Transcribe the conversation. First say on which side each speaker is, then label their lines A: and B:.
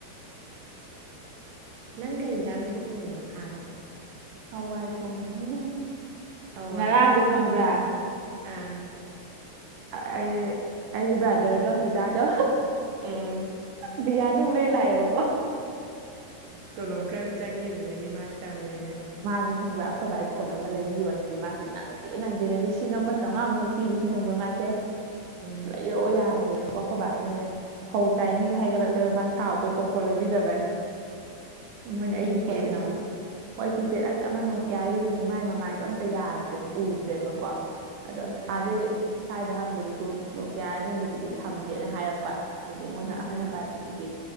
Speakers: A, on the right; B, on the right.
A: ꯅꯪ ꯀꯩ ꯏꯟꯖꯥꯡ ꯊꯣꯡꯉꯤꯅꯣ ꯈꯥꯕ
B: ꯍꯋꯥꯏ ꯊꯣꯡꯉꯤꯅꯤ
A: ꯍꯋꯥꯏ
B: ꯉꯔꯥꯡꯗꯣ ꯈꯪꯕ꯭ꯔꯥ
A: ꯑꯥ
B: ꯑꯩ ꯑꯩꯒꯤ ꯕ꯭ꯔꯥꯗꯔꯗꯣ ꯗꯥꯗꯥꯗꯣ
A: ꯑꯦ
B: ꯕ꯭ꯔꯤꯌꯥꯅꯤꯃꯨꯛ ꯂꯩ ꯂꯥꯛꯑꯦꯕꯀꯣ
A: ꯇꯣꯂꯣꯞ ꯈꯔ ꯆꯪꯒꯤꯕꯗꯒꯤ ꯃꯥ ꯇꯧꯔꯦꯅꯦ ꯃꯥ
B: ꯃꯥꯖꯦ ꯈꯪꯕ꯭ꯔꯥ ꯑꯩꯈꯣꯏ ꯕꯥꯒꯤ ꯐꯣꯟ ꯑꯃ ꯂꯩꯕꯤꯌꯣꯁꯤꯅꯤ ꯃꯥꯏꯁꯤ ꯅꯪ ꯅꯪꯗꯦ ꯅꯪꯗꯦꯅꯦ ꯂꯤꯁꯤꯡ ꯑꯃ ꯆꯥꯝꯃꯉꯥꯃꯨ ꯈꯛ ꯄꯤꯕꯁꯦ ꯅꯪꯕ꯭ꯔꯥ ꯃꯥꯁꯦ
A: ꯎꯝ
B: ꯂꯩꯔꯛꯑꯣ ꯌꯥꯗ꯭ꯔꯦꯀꯣ ꯈꯣꯏꯕꯥꯥꯁꯤꯅꯅꯦ ꯐꯧ ꯇꯥꯏꯅꯤꯒ ꯍꯥꯏꯒꯠꯂꯛꯂꯦꯕ ꯃꯥ ꯁꯥꯎꯕꯩ ꯀꯣ ꯐꯣꯜ ꯂꯩꯕꯤꯗꯕꯩ ꯃꯣꯏꯅ ꯑꯩꯒꯤ
A: ꯀꯤꯄꯦꯗꯂꯣ
B: ꯐꯣꯜ ꯂꯩꯕꯤꯗꯦ ꯍꯣꯏ ꯀꯤꯄꯦꯠ ꯑꯁ ꯑꯃ ꯅꯣꯀꯌꯥꯒꯤꯗꯨꯅꯦ ꯃꯥꯏ ꯃꯃꯥꯏꯗꯣ ꯑꯝꯇ ꯌꯥꯗ꯭ꯔꯦ ꯎꯗ꯭ꯔꯦꯕꯀꯣ ꯑꯗꯣ
A: ꯎꯝ ꯎꯝ
B: ꯑꯥꯗꯩ
A: ꯎꯝ
B: ꯁ꯭ꯋꯥꯏꯗ ꯍꯪꯕꯗꯨꯁꯨ ꯅꯣꯀꯌꯥꯒꯨꯝꯕꯗꯨꯗꯤ ꯊꯝꯗꯦꯅ ꯍꯥꯏꯔꯛꯄ ꯍꯥꯏꯗꯤ ꯃꯣꯏꯅ
A: ꯎꯝ
B: ꯑꯍꯟꯅ
A: ꯎꯝ
B: ꯄꯥꯏꯕꯗꯨꯗꯤ